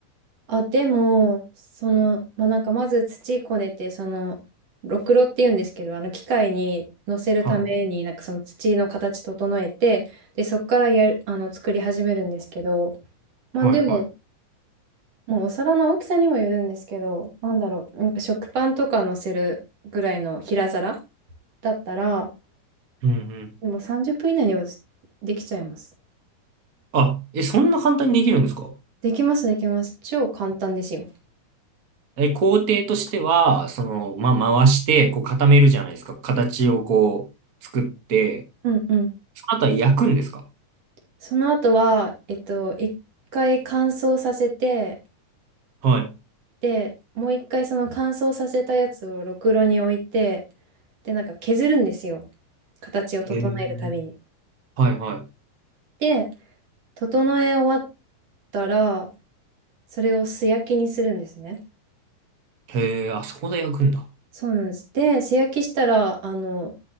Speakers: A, on the right; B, on the right.
A: あ、でも、その、まあ、なんかまず土こねて、その、ろくろって言うんですけど、あの機械に乗せるために、
B: はい、
A: なんかその土の形整えて、で、そこからやる、あの、作り始めるんですけど、まあでも、
B: はい、はい。
A: まあ、お皿の大きさにもよるんですけど、なんだろう、なんか食パンとか乗せるぐらいの平皿だったら、
B: うんうん。
A: でも30分以内にはできちゃいます。
B: あ、え、そんな簡単にできるんですか
A: できます、できます。超簡単ですよ。
B: え、工程としては、その、まあ、回して、こう固めるじゃないですか。形をこう、作って、
A: うんうん。
B: その後は焼くんですか
A: その後は、えっと、一回乾燥させて、
B: はい。
A: で、もう一回その乾燥させたやつをろくろに置いて、で、なんか削るんですよ。形を整えるたびに。
B: へえ。はいはい。
A: で、整え終わったら、それを素焼きにするんですね。
B: へえ、あそこで焼くんだ。
A: そうなんです。で、素焼きしたら、あの、